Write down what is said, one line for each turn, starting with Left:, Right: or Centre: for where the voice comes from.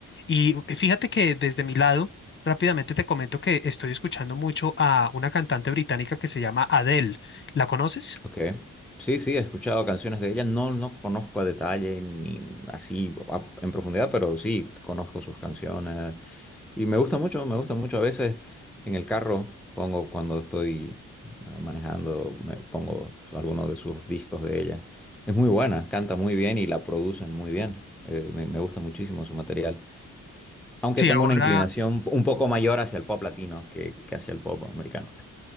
Left: Y fíjate que desde mi lado, rápidamente te comento que estoy escuchando mucho a una cantante británica que se llama Adele. ¿La conoces?
Centre: Ok. Sí, sí, he escuchado canciones de ella. No, no conozco a detalle ni así a- en profundidad, pero sí conozco sus canciones. Y me gusta mucho, me gusta mucho. A veces en el carro pongo cuando estoy ah, manejando, me pongo alguno de sus discos de ella. Es muy buena, canta muy bien y la producen muy bien. Eh, me, me gusta muchísimo su material. Aunque
Left: Sí,
Centre: tengo
Left: ahora,
Centre: una inclinación un poco mayor hacia el pop latino que, que hacia el pop americano.